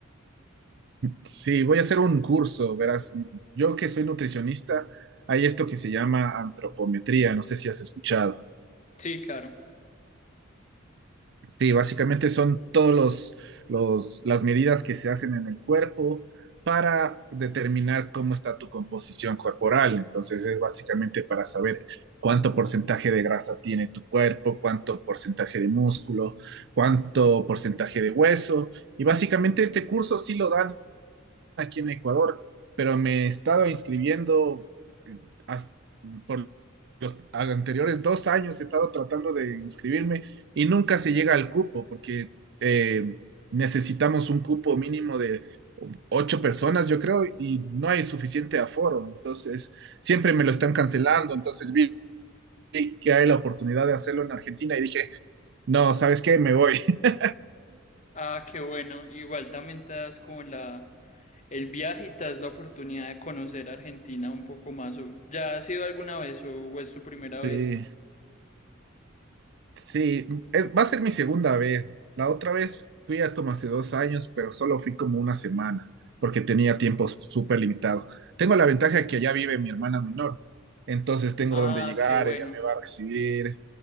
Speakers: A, on the right (about 55°); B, on the left (about 35°).
A: Sí, voy a hacer un curso, verás. Yo que soy nutricionista, hay esto que se llama antropometría, no sé si has escuchado.
B: Sí, claro.
A: Sí, básicamente son todos los, los- las medidas que se hacen en el cuerpo para determinar cómo está tu composición corporal. Entonces es básicamente para saber cuánto porcentaje de grasa tiene tu cuerpo, cuánto porcentaje de músculo, cuánto porcentaje de hueso. Y básicamente este curso sí lo dan aquí en Ecuador, pero me he estado inscribiendo eh, hasta- por los anteriores dos años, he estado tratando de inscribirme y nunca se llega al cupo porque eh, necesitamos un cupo mínimo de ocho personas, yo creo, y no hay suficiente aforo. Entonces, siempre me lo están cancelando. Entonces vi que hay la oportunidad de hacerlo en Argentina y dije, no, ¿sabes qué? Me voy. <laughs>
B: Ah, qué bueno. Igual también te das como la, el viaje y te das la oportunidad de conocer Argentina un poco más. ¿O ¿Ya has ido alguna vez o o es tu
A: Sí.
B: primera vez?
A: Sí, es, va a ser mi segunda vez. La otra vez fui a como hace dos años, pero solo fui como una semana, porque tenía tiempo súper limitado. Tengo la ventaja que allá vive mi hermana menor, entonces tengo
B: Ah,
A: donde llegar,
B: qué bueno.
A: ella me va a recibir.